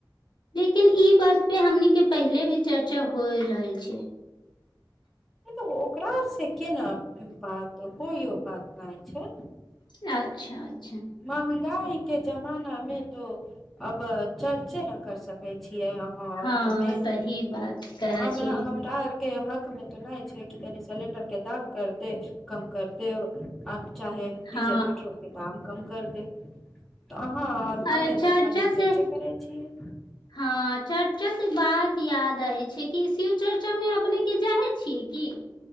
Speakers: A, on the left; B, in the centre.
A: लेकिन ई बात से हमनीके पहिले भी चर्चा हो रहल छै
B: तऽ ओकरा से केना बात कोइो बात नहि छै
A: अच्छा अच्छा
B: महंगाई के जमाना मे तऽ अब चढ़चे ने कर सकै छै की और
A: हँ
B: हाँ हमें
A: सही बात कहै
B: हमरा
A: छियै
B: हमरा आर के हक मे तो नहि छै कि तनि सिलेंडर के दाम कर दे कम कर देब चाहे डीजल
A: हँ
B: पेट्रोल के दाम कर दे तऽ अहाँ आओर हमे
A: अ चर्चा
B: तऽ खाली चर्चे
A: से
B: करै छियै
A: हँ चर्चा से बात याद दै छै कि शिव चर्चा मे अपने के चाहे छियै किी